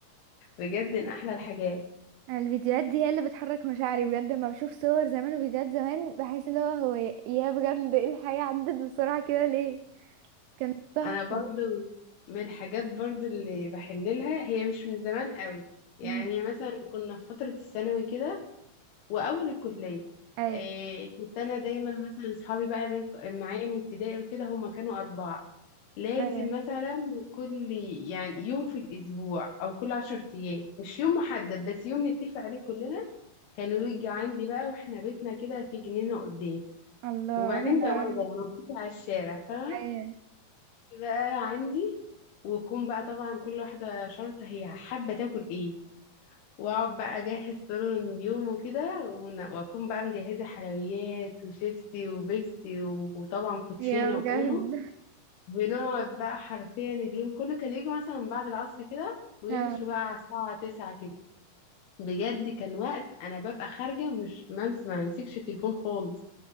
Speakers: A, on the left; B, on the right.
A: بجد ان احلى الحاجات
B: الفيديوهات دي هي اللي بتحرك مشاعري بجد لما بشوف صور زمان وفيديوهات زمان بحس اللي هو هو يا يا بجد ايه الحياه عدت بسرعه كده ليه كانت تحفه
A: انا برضو من الحاجات برضو اللي بحن لها هي مش من زمان قوي يعني
B: امم
A: مثلا كنا في فتره الثانوي كده واول الكليه
B: ايوه
A: إيه كنت انا دايما مثلا اصحابي بقى اللي أنا ك- معايا من ابتدائي وكده هم كانوا اربعه لازم
B: ايوه
A: مثلا كل يعني يوم في الأسبوع أو كل عشر أيام مش يوم محدد بس يوم نتفق عليه كلنا كانوا يجي عندي بقى واحنا بيتنا كده في جنينة قدام
B: الله
A: وبعدين
B: حلو
A: بوابة
B: أوي.
A: يعني مفتوحة على الشارع فاهمة
B: ايوه
A: بقى عندي ويكون بقى طبعا كل واحدة شرطة هي حابة تاكل ايه واقعد بقى اجهز طول اليوم وكده ون- واكون بقى مجهزة حلويات وشيبسي وبيبسي و- وطبعا كوتشينة
B: هي بجد
A: واونو بنقعد بقى حرفيا اليوم كله كان يجي مثلا من بعد العصر كده ويمشوا
B: اه
A: بقى على الساعة تسعة كده بجد كان وقت أنا ببقى خارجة مش ممس ما بمسكش التليفون خالص